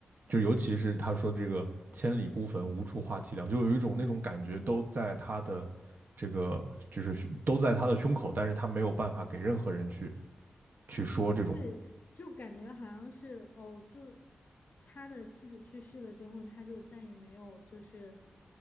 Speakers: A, on the right (about 55°); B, on the left (about 50°).
A: 就尤其是他说这个“千里孤坟，无处话凄凉”，就有一种那种感觉，都在他的这个，就是胸都在他的胸口，但是他没有办法给任何人去去说这种，
B: 对，就感觉好像是哦，就是他的妻子去世了之后，他就再也没有就是